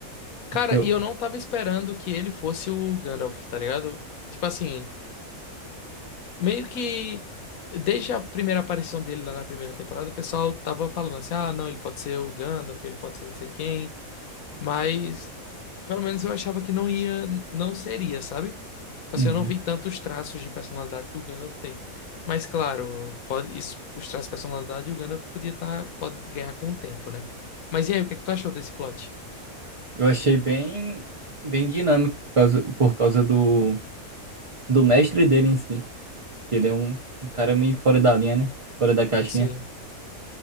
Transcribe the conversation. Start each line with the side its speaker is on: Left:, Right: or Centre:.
Right: Porque
Left: Cara,
Right: eu,
Left: e eu não tava esperando que ele fosse o Gandalf, tá ligado? Tipo assim, meio que desde a primeira aparição dele lá na primeira temporada, o pessoal tava falando assim: ah, não, ele pode ser o Gandalf, ele pode ser não sei quem, mas pelo menos eu achava que não ia, não seria, sabe? Tipo
Right: Uhum.
Left: assim, eu não vi tantos traços de personalidade que o Gandalf tem. Mas claro, pode, isso, os traços de personalidade o Gandalf podia tá, pode ganhar com o tempo, né? Mas e aí, o que é que tu achou desse plot?
Right: eu achei bem, bem dinâmico por causa, por causa do, do mestre dele em si. Que ele é um, um cara meio fora da linha, né? Fora da caixinha.
Left: Sim,